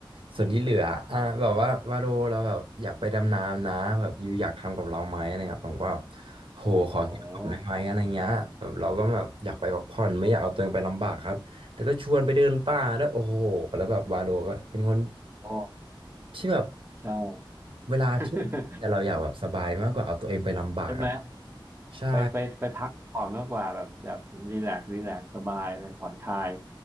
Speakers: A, on the right (about 85°); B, on the right (about 25°).
A: ส่วนที่เหลืออ่ะแบบว่าวาโลเราแบบอยากไปดำน้ำนะแบบยูอยากทำกับเราไหมอะไรเงี้ยผมก็แบบโหขอคิดก่อนได้ไหมอะไรเงี้ยแบบเราก็แบบอยากไปพักผ่อนไม่อยากเอาตัวเองไปลำบากครับ
B: อ๋อ
A: แล้วก็ชวนไปเดินป่าด้วยโอ้โหแล้วแบบวาโลก็เป็นคน
B: อ๋อ
A: ที่แบบ
B: ใช่
A: เวลาที่แต่เราอยากแบบสบายมากกว่าเอาตัวเองไปลำบากอะครับ
B: <laughs> ใช่ไหม
A: ใช่
B: ไปไปไปพักผ่อนมากกว่าแบบแบบรีแลกซ์รีแลกซ์สบายไปผ่อนคลาย